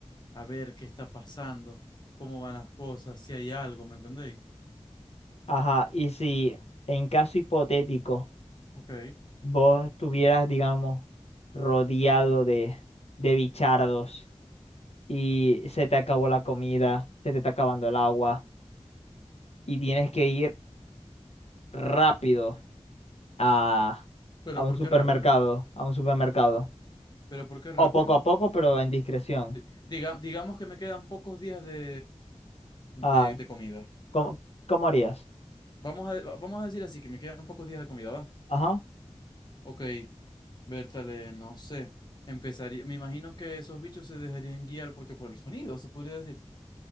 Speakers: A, on the left; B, on the left.
A: a ver qué está pasando, cómo van las cosas, si hay algo, ¿me entendéis?
B: Ajá, y si en caso hipotético.
A: Ok,
B: vos estuvieras, digamos, rodeado de, de bichardos y se te acabó la comida, se te está acabando el agua y tienes que ir rápido a,
A: pero
B: a un
A: ¿por
B: supermercado,
A: qué rápido?
B: a un supermercado,
A: ¿Pero por qué rápido?
B: o poco a poco, pero en discreción.
A: Di- diga- digamos que me quedan pocos días de, de
B: Ah,
A: de comida.
B: ¿cómo, cómo harías?
A: Vamos a, vamos a decir así, que me quedan pocos días de comida, ¿va?
B: Ajá,
A: Ok, Bertale, no sé. Empezaría, me imagino que esos bichos se dejarían guiar porque por el sonido, se podría decir.